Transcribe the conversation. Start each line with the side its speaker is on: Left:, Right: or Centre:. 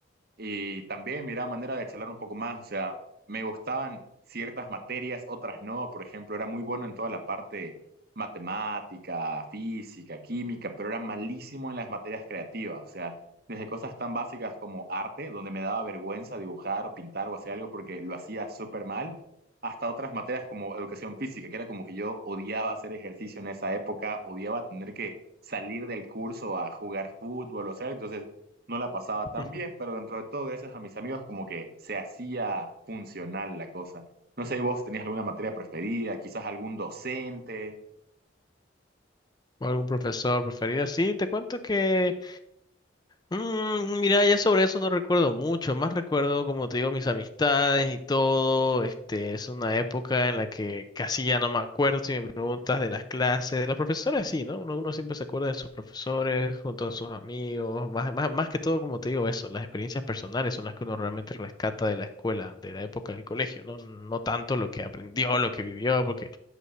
Right: y también miraba manera de charlar un poco más, o sea, me gustaban ciertas materias, otras no, por ejemplo, era muy bueno en toda la parte matemática, física, química, pero era malísimo en las materias creativas, o sea, desde cosas tan básicas como arte, donde me daba vergüenza dibujar o pintar o hacer algo porque lo hacía súper mal, hasta otras materias como educación física, que era como que yo odiaba hacer ejercicio en esa época, odiaba tener que salir del curso a jugar fútbol o hacer, entonces no la pasaba
Left: <laughs>
Right: tan bien, pero dentro de todo, gracias a mis amigos, como que se hacía funcional la cosa. No sé, ¿y vos tenías alguna materia preferida, quizás algún docente?
Left: ¿O algún profesor preferido? Sí, te cuento que Mm, mira, ya sobre eso no recuerdo mucho, más recuerdo, como te digo, mis amistades y todo. Este, es una época en la que casi ya no me acuerdo si me preguntas de las clases, de los profesores, sí, ¿no? Uno, uno siempre se acuerda de sus profesores, junto a sus amigos, más, más, más que todo, como te digo, eso, las experiencias personales son las que uno realmente rescata de la escuela, de la época del colegio, ¿no? No tanto lo que aprendió, lo que vivió, porque